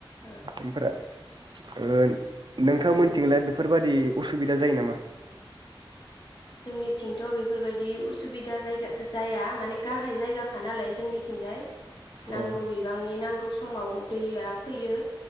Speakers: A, on the left; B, on the right.
A: अ
B: ओमफ्राय <unintelligible> नोंथांमोनथिंलाय बेफोरबादि असुबिदा जायो नामा
A: जोंनिथिंथ' बेफोरबायदि उसुबिदा जायगा जाया माने गाहाय जायगाखा नालाय जोंनिथिंजाय नांगौ
B: अ
A: बिबांनि नांगौ समाव दैया फैयो